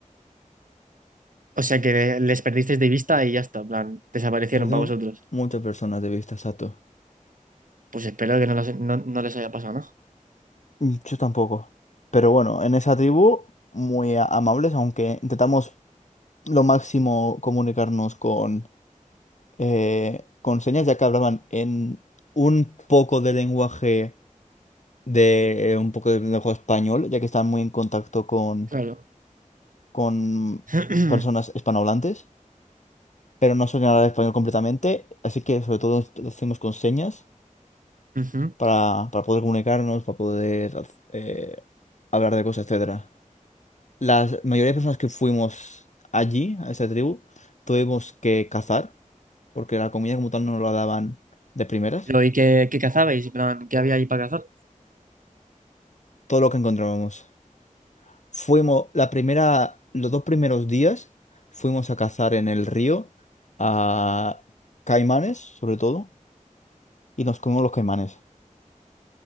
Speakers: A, on the right; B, on the left.
A: O sea que les perdisteis de vista y ya está, en plan, desaparecieron
B: Perdimos
A: para vosotros.
B: muchas personas de vista, Sato.
A: Pues espero que no, los- no- no les haya pasado nada.
B: Mm, Yo tampoco. Pero bueno, en esa tribu, muy a- amables, aunque intentamos lo máximo comunicarnos con, eh, con señas, ya que hablaban en un poco de lenguaje de un poco de lenguaje español, ya que están muy en contacto con,
A: Claro.
B: con
A: <clears throat>
B: personas hispanohablantes, pero no suelen hablar español completamente, así que sobre todo lo hacemos con señas
A: Ujú.
B: para, para poder comunicarnos, para poder eh, hablar de cosas, etcétera. La mayoría de personas que fuimos allí, a esa tribu, tuvimos que cazar, porque la comida como tal no nos la daban de primeras.
A: Pero, ¿y qué, qué cazabais? En plan, ¿qué había ahí para cazar?
B: Todo lo que encontrábamos. Fuimos, la primera, los dos primeros días, fuimos a cazar en el río a caimanes, sobre todo, y nos comimos los caimanes.